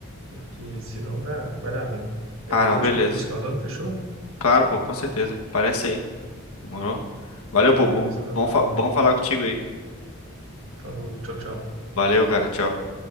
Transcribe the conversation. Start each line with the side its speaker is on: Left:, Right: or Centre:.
Right: porque senão dá, vai dar ruim. Aí
Left: Ah,
Right: depois
Left: não,
Right: a gente
Left: beleza.
Right: continua se falando, fechou?
Left: Claro, pô, com certeza. Parece aí. Demorou? Valeu,
Right: Então,
Left: pô.
Right: beleza,
Left: Bom,
Right: meu
Left: bom,
Right: mano.
Left: fa- bom falar contigo aí.
Right: Falou, tchau, tchau.
Left: Valeu, cara. Tchau.